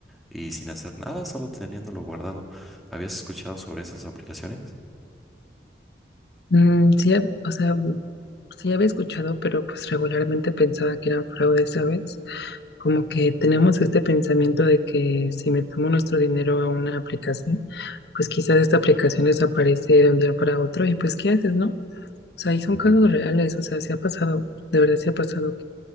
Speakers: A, in the centre; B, on the left.
A: Y sin hacer nada, solo teniéndolo guardado. ¿Habías escuchado sobre esas aplicaciones?
B: Mm, sí, hab- o sea, mm, sí había escuchado, pero pues regularmente pensaba que eran fraudes, ¿sabes? Como que tenemos este pensamiento de que si metemos nuestro dinero a una aplicación, pues quizás esta aplicación desaparece de un día para otro y pues ¿qué haces, no? O sea, y son
A: <laughs>
B: casos reales, o sea, sí ha pasado, de verdad sí ha pasado